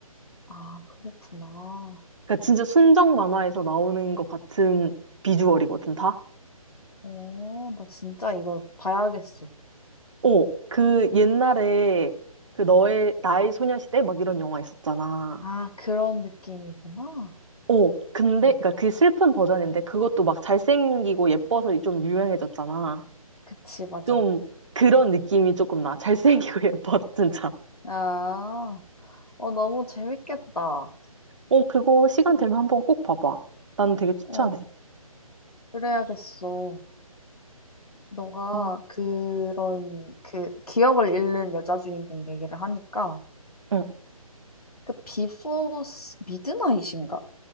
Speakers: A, on the left; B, on the right.
A: 아, 그렇구나.
B: 그러니까 진짜 순정 만화에서 나오는 것 같은 비주얼이거든, 다.
A: 오, 나 진짜 이거 봐야겠어.
B: 어, 그 옛날에 그 너의, 나의 소녀시대 막 이런 영화 있었잖아.
A: 아, 그런 느낌이구나.
B: 어, 근데,
A: 어,
B: 그니까 그 슬픈 버전인데 그것도 막 잘생기고 예뻐서 좀 유명해졌잖아.
A: 그치, 맞아.
B: 좀 그런 느낌이 조금 나. 잘생기고 <laughs> 예뻐, 진짜.
A: 아, 어, 너무 재밌겠다.
B: 어, 그거 시간 되면 한번 꼭 봐봐. 난 되게 추천해.
A: 어, 그래야겠어. 너가
B: 아,
A: 그런 그 기억을 잃는 여자 주인공 얘기를 하니까
B: 응,
A: 그 비포 미드나잇인가?